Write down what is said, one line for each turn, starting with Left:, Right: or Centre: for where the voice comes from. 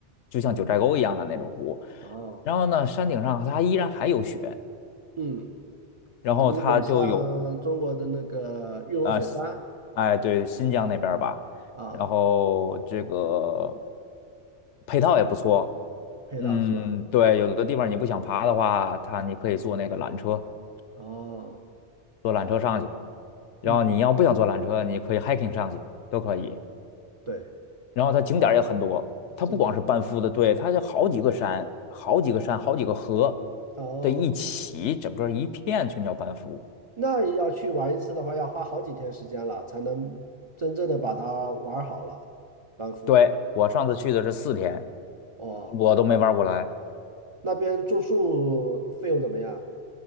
Left: 就像九寨沟一样的那种湖。
Right: 哦，
Left: 然后呢，山顶上它依然还有雪，
Right: 嗯，
Left: 然后它就有
Right: 这有点像中国的那个玉龙雪山
Left: 啊、哎，对，新疆那边儿吧，
Right: 啊，
Left: 然后这个配套也不错。
Right: 配套是吧？
Left: 嗯，对，有的地方你不想爬的话，它你可以坐那个缆车，
Right: 哦，
Left: 坐缆车上去。然后你要不想坐缆车，
Right: 嗯，
Left: 你可以 hiking 上去，都可以。
Right: 对，
Left: 然后它景点儿也很多，
Right: 哦，
Left: 它不光是班夫的对，
Right: 经典是吧？
Left: 它就好几个山、好几个山、好几个河
Right: 哦，
Left: 的一起，整个一片全叫班夫。
Right: 那要去玩一次的话，要花好几天时间了，才能真正的把它玩好了，班夫。
Left: 对，我上次去的是四天，
Right: 哦，
Left: 我都没玩过来。
Right: 那边住宿费用怎么样？